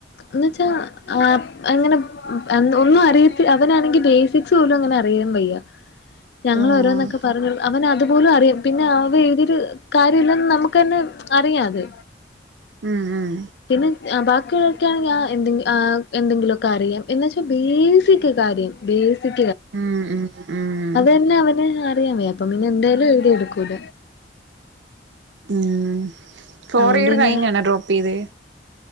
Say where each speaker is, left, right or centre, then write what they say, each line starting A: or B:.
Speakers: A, on the left; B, on the right.
A: എന്നച്ചാ ആ അങ്ങനെ ഒന്നും അറിയത്തി അവനാണെങ്കി ബേസിക്സ് പോലും അങ്ങനെ അറിയവയ്യ ഞങ്ങൾ
B: ഓഹ്
A: ഓരോന്നൊക്കെ പറഞ്ഞ അവന അത് പോലും അറിയാം പിന്നെ അവ എഴുതീട്ട് കാര്യവില്ലന്ന് നമുക്കെന്നെ അറിയാം അത്
B: ഉം ഉം
A: പിന്നെ ഞ ബാക്കിയുള്ള ക്കെയാണ് ഞ എന്തെങ്കിഎന്തെങ്കിലൊക്കെ അറിയാം എന്നൊച്ചാ ബേസിക് കാര്യംബേസി
B: ഉം ഉം ഉം
A: അതന്നെ അവന് റിയാം വയ്യെപ്പം പിന്നെ എന്തേലും എഴുതിയ എടുക്കൂല
B: ഉം ഫോർ
A: അതുകൊണ്ട്
B: ഇയർ
A: പിന്നെ
B: കഴിഞ്ഞാണോ ഡ്രോപ്പ് ചെയ്ത്